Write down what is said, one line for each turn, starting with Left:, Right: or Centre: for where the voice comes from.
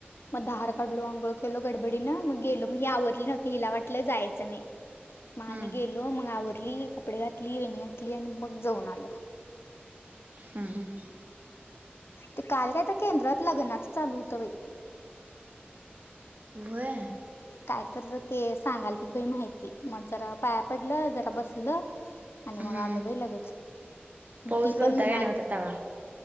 Left: मग धार काढलो, आंोळ केलो, गडबडीनं मग गेलो, मग ही आवरली नव्हती, हिला वाटलं जायचं नाही. मा
Right: हम्म
Left: आणि गेलो, मग आवरली, कपडे घातली, वेणी घातली, आणि मग जाऊन आलो.
Right: हम् ह
Left: ते काल काय तर केंद्रात लग्नाच चालू होतं बाई.
Right: वय
Left: काय तर ते सांगाल तीत बई माहिती, मग जरा पाया पडलं, जरा बसलं आणि
Right: हम्म
Left: मग आलं भई लगेच, मग
Right: पाऊस
Left: ती पण
Right: होता
Left: म्हणाली
Right: काय नव्हता तवा